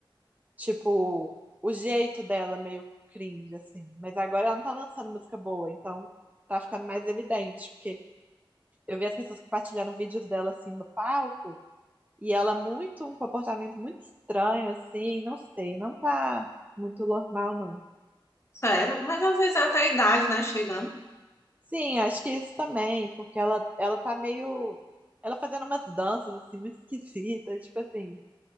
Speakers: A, on the right (about 15°); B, on the left (about 30°).
A: tipo, o jeito dela meio cringe, assim. Mas agora ela não tá lançando música boa, então tá ficando mais evidente, porque eu vi as pessoas compartilhando vídeos dela, assim, no palco, e ela muito, um comportamento muito estranho, assim, não sei, não tá muito normal, não.
B: Sério, mas às vezes é até a idade, né, chegando.
A: Sim, acho que isso também, porque ela, ela tá meio. Ela fazendo umas danças, assim, muito esquisitas, tipo assim,